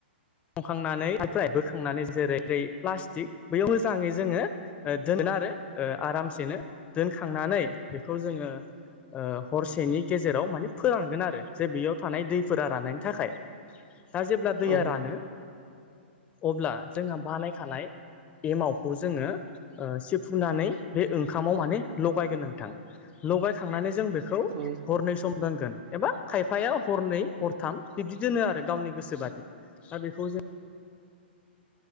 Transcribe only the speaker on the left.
संखांनानै निफ्राय बोखांनानै जेरै बै प्लास्टिक बेयाव मोजाङै जोङो ओ दोनगोन आरो ओ आरामसेनो दोनखांनानै बेखौ जोङो हरसेनि गेजेराव माने फोरानगोन आरो जे बेयाव थानाय दैफोरा रानायनायनि थाखाय दा जेब्ला
दैया रानो
अब्ला जोंहा बानायखानाय एमावखौ जोङो सिफुनानै बे ओंखामाव माने लगायगोन नोंथां। लगायखांनानै जों बेखौ
हरनै सम दोनगोन एबा खायफाया हरनै हरथाम बिब्दि दोनो आरो गावनि गोसो बादि। दा बे जों